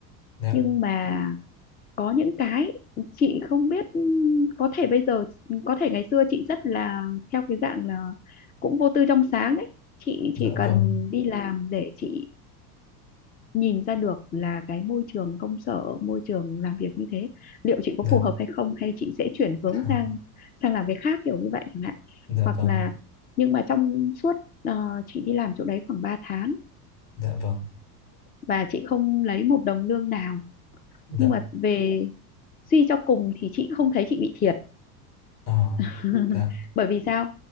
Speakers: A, on the left (about 50°); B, on the left (about 20°).
A: dạ
B: nhưng mà có những cái chị không biết ừm, có thể bây giờ có thể ngày xưa chị rất là theo cái dạng là cũng vô tư trong sáng đấy chị
A: dạ
B: chỉ cần
A: vâng
B: đi làm để chị nhìn ra được là cái môi trường công sở môi trường làm việc như thế liệu chị có
A: dạ
B: phù hợp hay không hay chị sẽ chuyển hướng
A: <laughs>
B: sang sang làm cái khác kiểu như vậy chẳng hạn
A: dạ
B: hoặc
A: vâng
B: là nhưng mà trong suốt ờ, chị đi làm chỗ đấy khoảng ba tháng
A: dạ vâng
B: và chị không lấy một đồng lương nào
A: dạ
B: nhưng mà về suy cho cùng thì chị không thấy chị bị thiệt
A: ờ
B: <laughs>
A: dạ
B: bởi vì sao